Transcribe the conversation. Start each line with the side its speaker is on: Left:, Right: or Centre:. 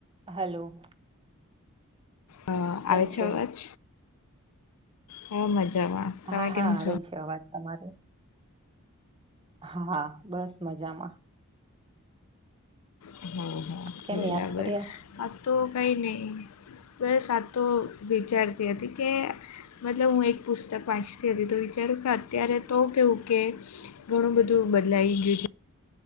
Right: Hello.
Left: અ
Right: કેમ
Left: આવે
Right: છો
Left: છે, અવાજ. હ મજામાં તમે
Right: હા-હા
Left: કેમ
Right: આવે
Left: છો
Right: જ કવાત તમારે હા, બસ મજામાં.
Left: હ, હા
Right: કેમ
Left: બરાબર
Right: યાદ કર્યા
Left: આ તો કઈ નહી. તો એ સાચ તો વિચારતી હતી, કે મતલબ હું એક પુસ્તક વાંચતી હતી, તો વિચારું કે અત્યારે તો કવું કે ઘણું બધું બદલાઈ ગયું છે.